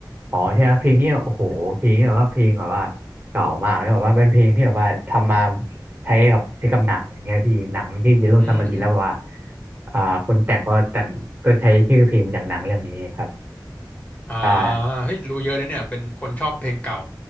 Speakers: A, on the right; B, on the left.
A: อ๋อใช่ครับเพลงเนี้ยโอ้โหเพลงนี้แบบว่าเพลงแบบว่าเก่ามากเลยแบบว่าเป็นเพลงที่แบบว่าทำมาใช้กับใช้กับหนังอย่างเงี้ยพี่หนังมันชื่อเยลโลซัมมารีนแล้วแบบว่า
B: อืมอืม
A: อ่าคนแต่งก็แต่งก็ใช้ชื่อเพลงมาจากหนังเรื่องนี้ครับ
B: อ่า
A: ใช่
B: เฮ้ยรู้เยอะนะเนี่ยเป็นคนชอบเพลงเก่า